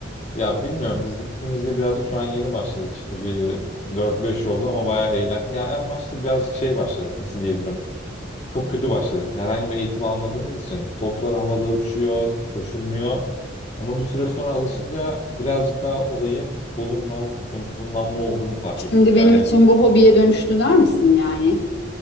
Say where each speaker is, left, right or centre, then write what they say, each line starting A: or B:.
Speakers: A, on the left; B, on the left.
A: Ya bilmiyorum biz gittiğimizde birazcık şu an yeni başladık işte bir dört beş oldu ama bayağı eğlen. Ya en başta birazcık şey başladık nasıl diyebilirim. Çok kötü başladık. Herhangi bir eğitim almadığımız için toplar havada uçuyor, koşulmuyor. Ama bir süre sonra alışınca birazcık daha olayın konumlan, konumlanma olduğunu fark ettik.
B: Şimdi
A: Yani
B: benim için bu hobiye dönüştü der misin yani?